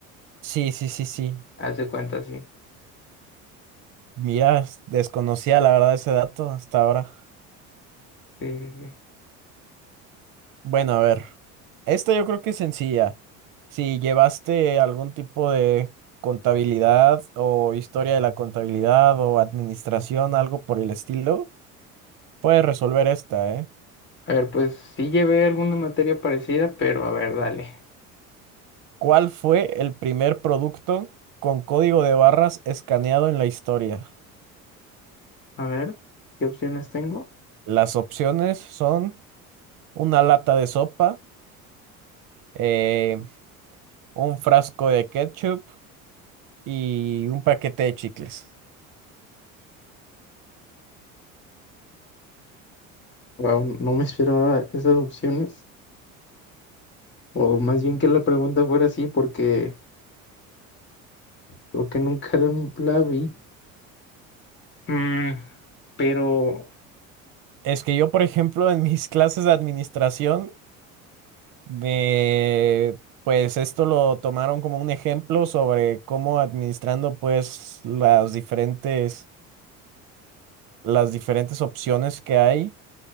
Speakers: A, on the right; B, on the left.
A: Sí, sí, sí, sí.
B: haz de cuenta, sí.
A: Mira, desconocía la verdad ese dato hasta ahora.
B: Sí, sí, sí.
A: Bueno, a ver. Esta yo creo que es sencilla. Si llevaste algún tipo de contabilidad o historia de la contabilidad o administración, algo por el estilo, puedes resolver esta, ¿eh?
B: A ver, pues sí llevé alguna materia parecida, pero a ver, dale.
A: ¿Cuál fue el primer producto con código de barras escaneado en la historia?
B: A ver, ¿qué opciones tengo?
A: Las opciones son una lata de sopa, eh, un frasco de ketchup y un paquete de chicles.
B: Wow, no me esperaba esas opciones. O más bien que la pregunta fuera así, porque creo que nunca <laughs> la la vi. Mm, pero
A: Es que yo, por ejemplo, en mis <laughs> clases de administración, me, pues esto lo tomaron como un ejemplo sobre cómo administrando pues las diferentes, las diferentes opciones que hay